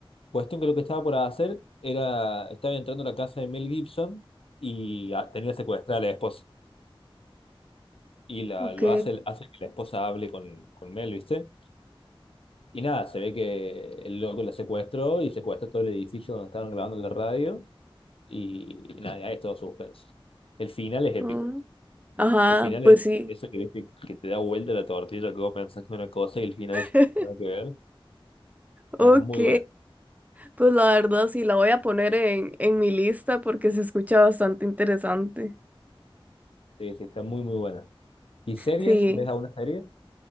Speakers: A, on the left; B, on the right.
A: Cuestión que lo que estaba por hacer era, estaba entrando a la casa de Mel Gibson y ah, tenía secuestrada a la esposa. Y la,
B: ok.
A: lo hace, hace que la esposa hable con, con Mel, ¿viste? Y nada, se ve que el loco la secuestró y secuestró todo el edificio donde estaban grabando la radio. Y, y nada, ya es todo suspenso. El final es épico.
B: ah, Ajá,
A: El final
B: pues
A: es
B: sí.
A: eso que, viste que te da vuelta la tortilla, que vos pensás que es una cosa y el final es
B: <laughs>
A: nada que ver.
B: Ok.
A: Nada, Es muy buena.
B: Pues la verdad sí, la voy a poner en, en mi lista porque se escucha bastante interesante.
A: Sí, sí, está muy, muy buena. ¿Y series?
B: Sí.
A: ¿Ves alguna serie?